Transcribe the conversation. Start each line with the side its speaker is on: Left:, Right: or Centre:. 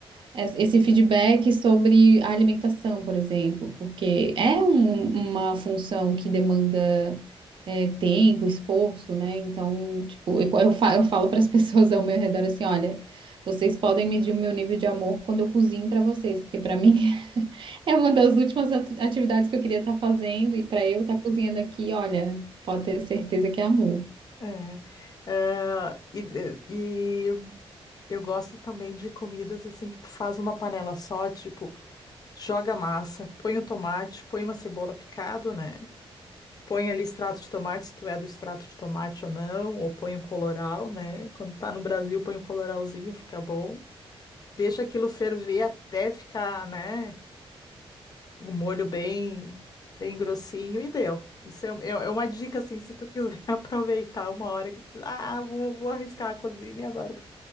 Right: es- esse feedback sobre a alimentação, por exemplo, porque é um- uma função que demanda é, tempo, esforço, né? Então, tipo, eu, eu fa- eu falo para as <laughs> pessoas ao meu redor assim, olha, vocês podem medir o meu nível de amor quando eu cozinho para vocês, porque para mim <laughs> é uma das últimas atu- atividades que eu queria estar fazendo e para eu estar cozinhando aqui, olha, pode ter certeza que é amor.
Left: É. Ah, e, eh, e eu gosto também de comidas assim que tu faz numa panela só, tipo. joga a massa, põe o tomate, põe uma cebola picado, né? Põe ali extrato de tomate, se tu é do extrato de tomate ou não, ou põe o colorau, né? Quando tá no Brasil, põe o colorauzinho, fica bom. Deixa aquilo ferver até ficar, né? O molho bem, bem grossinho e deu. Isso é, é- é uma dica, assim, se tu quiser <laughs> aproveitar uma hora que tu, ah, vou, vou arriscar a cozinha, agora.